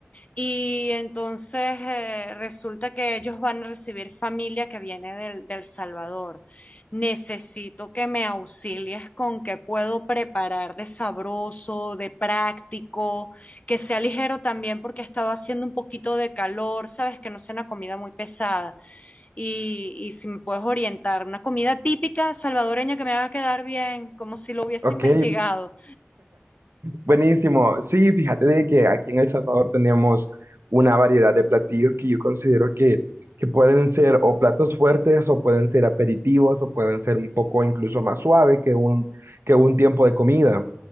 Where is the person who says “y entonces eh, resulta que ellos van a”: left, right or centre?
Left